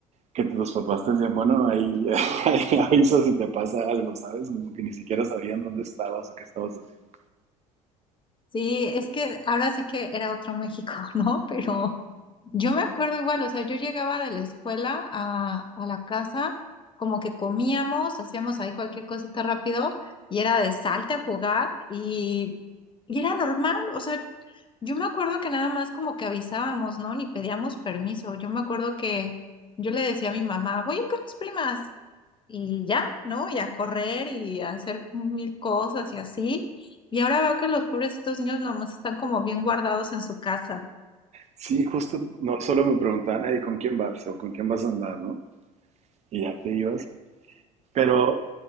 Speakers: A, on the right; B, on the left.
A: que tus papás te decían, bueno, ahí, <laughs> ahí avisa si te pasa algo, ¿sabes? Como que ni siquiera sabían dónde estabas o qué estabas haciendo.
B: Sí, es que ahora sí que era otro México, <laughs> ¿no? Pero yo me acuerdo igual, o sea, yo llegaba de la escuela a, a la casa, como que comíamos, hacíamos ahí cualquier cosita rápido y era de salte a jugar y, y era normal, o sea, yo me acuerdo que nada más como que avisábamos, ¿no? Ni pedíamos permiso, yo me acuerdo que yo le decía a mi mamá, voy a ir con mis primas y ya, ¿no? Y a correr y a hacer mil cosas y así. Y ahora veo que los pobrecitos niños nomás están como bien guardados en su casa.
A: Sí, justo no solo me preguntaban, "Hey, ¿con quién vas? o ¿con quién vas a andar, no? Y ya te ibas. Pero,